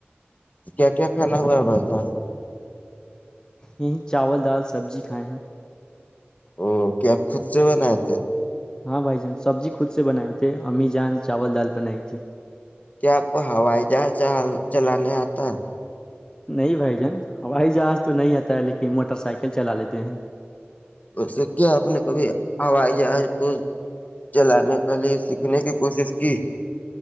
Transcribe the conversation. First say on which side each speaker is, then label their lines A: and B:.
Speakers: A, on the left; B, on the left.
A: کیا کیا کھانا ہوا بھائی جان <unintelligible>
B: یہیں چاول دال، سبزی کھائے ہیں
A: او کیا خود سے بناائے تھے
B: ہاں بھائی جان سبزی خود سے بنائے تھے امی جان چاول دال بنائی تھی
A: کیا آپ کو ہوائی جہاز چلانے آتا؟
B: نہیں بھائی جان ہوائی جہاز تو نہیں آتا ہے لیکن موٹر سائیکل چلا لیتے ہیں
A: اسے کیا اپنے کبھی آواز جہ کو چلانے کے لیے سیکھنے کی کوشش کی <unintelligible>